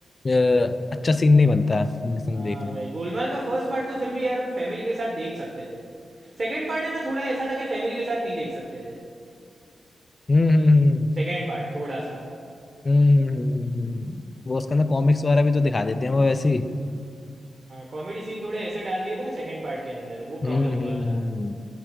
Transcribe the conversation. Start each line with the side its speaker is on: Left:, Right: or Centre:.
Left: अ- अच्छा सीन नहीं बनता है उनके संग
Right: हाँ
Left: देखने
Right: भाई
Left: में।
Right: गोलमाल का फर्स्ट पार्ट तो फिर भी यार फैमिली के साथ देख सकते थे सेकंड पार्ट है ना थोड़ा ऐसा था कि फैमिली के साथ नहीं देख सकते थे
Left: हम्म हम्म हम्म
Right: सेकंड पार्ट थोड़ा सा
Left: हम्म हम्म, हम्म, हम्म। वो उसके अंदर कॉमिक्स वगैरह भी तो दिखा देते हैं वो वैसे ही
Right: कॉमेडी सीन थोड़े ऐसे डाल दिए थे ना सेकंड पार्ट के अंदर वो
Left: हम्म
Right: प्रॉब्लम
Left: हम्म
Right: हुआ था
Left: हम्म